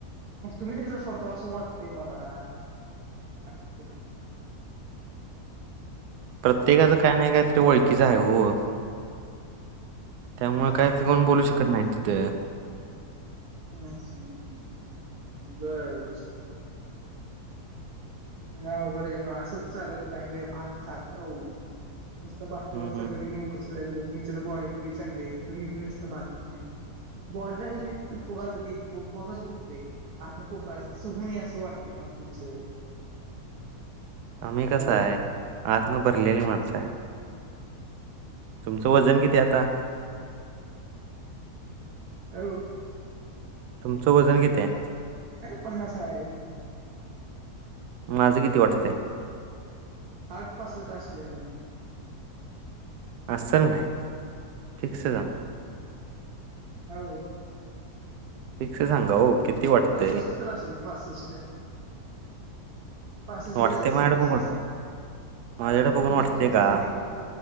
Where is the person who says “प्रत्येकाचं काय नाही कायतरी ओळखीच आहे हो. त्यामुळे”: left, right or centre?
Right